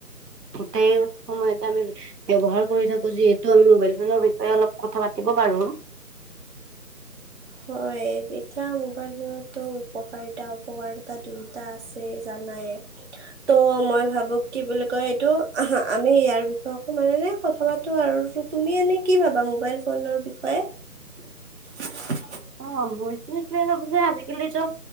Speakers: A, on the right (about 80°); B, on the right (about 45°).
A: গোটেই সময়তে আমি ব্যৱহাৰ কৰি থাকো, যিহেতু আমি মোবাইল ফোনৰ বিষয়ে অলপ কথা পাতিব পাৰো।
B: হয়। এতিয়া মোবাইল ফো'ন টো উপকাৰিতা অপকাৰিতা দুয়োটা আছে জানাই। ত' মই ভাবো কি বুলি কয় এইটো আহা - আমি ইয়াৰ বিষয়ে অকমান এনে কথা পাতো আৰু তুমি এনে কি ভাবা মোবাইল ফোনৰ বিষয়ে? <inaudible>
A: অ' মইতো এইটয়ে ভাবো যে আজি কালিতো